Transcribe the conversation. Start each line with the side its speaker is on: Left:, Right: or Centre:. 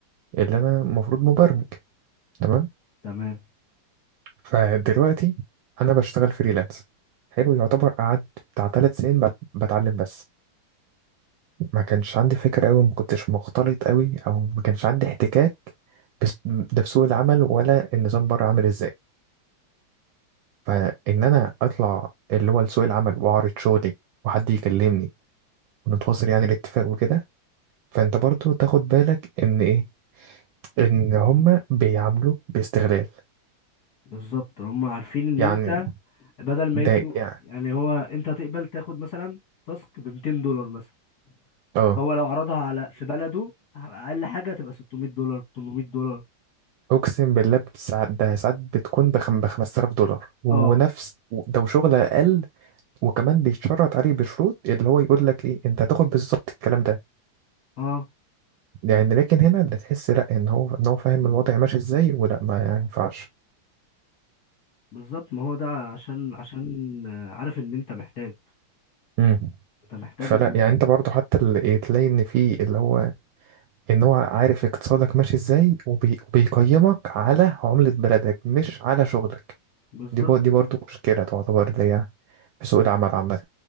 Right: اللي انا المفروض مبرمج تمام
Left: تمام
Right: فدلوقتي انا بشتغل فريلانس حلو يعتبر قعدت بتاع ثلاث سنين بت- بتعلم بس ما كانش عندي فكرة قوي ما كنتش مختلط قوي او ما كانش عندي احتكاك بس- ده بسوق العمل ولا النظام بره عامل ازاي فان انا اطلع اللي هو لسوق العمل واعرض شغلي وحد يكلمني ونتواصل يعني الاتفاق وكده فانت برضو تاخد بالك ان ايه ان هما بيعاملوا باستغلال
Left: بالظبط هم عارفين إن
Right: يعني
Left: أنت بدل
Right: ده
Left: ما يدوا
Right: يعني
Left: يعني هو أنت هتقبل تاخد مثلا تاسك ب 200 دولار مثلا
Right: اه
Left: هو لو عرضها على في بلده أقل حاجة تبقى 600 دولار 800 دولار
Right: اقسم بالله ساعات ده ساعات بتكون بخم ب 5000 دولار ونفس
Left: اه
Right: ده وشغل اقل وكمان بيتشرط عليه بشروط اللي هو يقول لك ايه انت هتاخد بالظبط الكلام ده
Left: اه
Right: يعني لكن هنا ده تحس لا ان هو ان هو فاهم الوضع ماشي ازاي ولا ما ينفعش
Left: بالظبط ما هو ده عشان عشان آه، عارف ان انت محتاج
Right: امم
Left: انت محتاج
Right: فلا
Left: ال...
Right: يعني انت برضو حتى اللي إيه تلاقي ان في اللي هو ان هو عارف اقتصادك ماشي ازاي وبي- وبيقيمك على عملة بلدك مش على شغلك
Left: بالظبط
Right: دي بر- دي برضو مشكلة تعتبر اللي هي في سوق العمل عامة